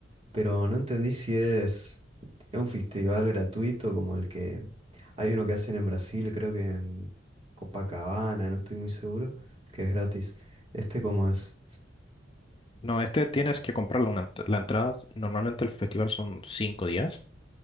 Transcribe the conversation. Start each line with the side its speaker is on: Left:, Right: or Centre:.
Right: Pero no entendí si es, es un festival gratuito como el que hay uno que hacen en Brasil, creo que en Copacabana, no estoy muy seguro, que es gratis. ¿Este cómo es?
Left: No, este tienes que comprar la, una ent- la entrada, normalmente el festival son cinco días,